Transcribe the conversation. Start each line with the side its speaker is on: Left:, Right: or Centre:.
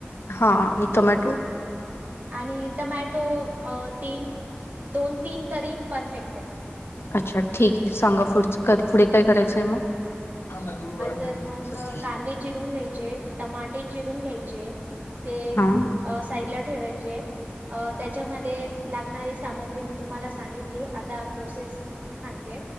Left: हा आणि टोमॅटो
Right: आणि टमॅटो तीन दोन तीन तरी परफेक्ट आहे.
Left: अच्छा ठीक आहे सांगा पुढ पुढे काय करायचंय मग हा नाु
Right: तर मग
Left: संस्कृती
Right: कांदे चिरून घ्यायचे टमाटे चिरून घ्यायचे ते
Left: हा
Right: साइड ला ठेवायचे अ त्याच्यामध्ये लागणारी सामग्री मी तुम्हाला सांगितली आता प्रोसेस सांगते